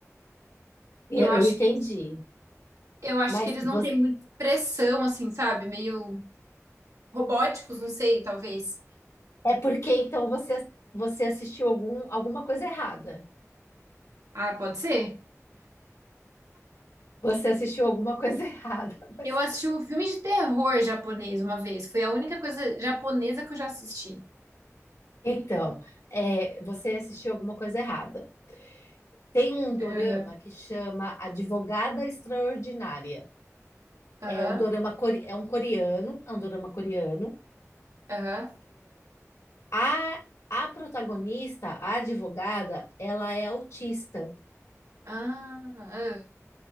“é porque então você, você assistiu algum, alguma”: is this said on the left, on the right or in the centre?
Left